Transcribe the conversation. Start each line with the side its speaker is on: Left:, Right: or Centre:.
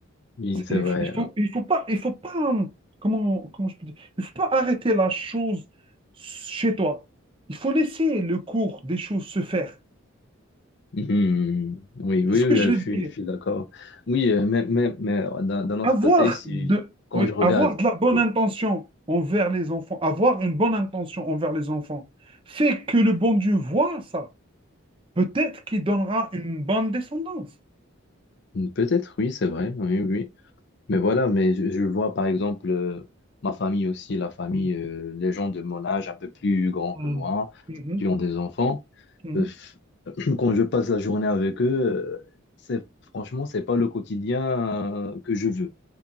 Left: Oui,
Right: C'est-
Left: c'est
Right: il,
Left: vrai.
Right: f- il faut,
Left: hein.
Right: il faut pas, il faut pas, hum, comment, comment je peux dire, il faut pas arrêter la chose chez toi. Il faut laisser le cours des choses se faire.
Left: Mhm. Oui, oui,
Right: C'est ce
Left: oui,
Right: que je
Left: je
Right: veux
Left: suis,
Right: dire.
Left: je suis d'accord. Oui, euh, mais, mais, mais d'un d'un autre
Right: Avoir
Left: côté, si,
Right: de,
Left: quand
Right: oui,
Left: je regarde,
Right: avoir de la bonne
Left: oui.
Right: intention envers les enfants, avoir une bonne intention envers les enfants, fait que le bon Dieu voit ça. Peut-être qu'il donnera une bonne descendance.
Left: Mhm. Peut-être, oui, c'est vrai. Oui, oui. Mais voilà, mais je, je vois par exemple euh, ma famille aussi, la famille,
Right: Oui.
Left: euh, les gens de mon âge, un peu plus grands que
Right: Mm.
Left: moi,
Right: Mhm,
Left: qui ont des enfants.
Right: mhm,
Left: euh, f- <clears throat> quand je passe la journée avec eux, euh, c'est, franchement, c'est pas le quotidien euh, que je veux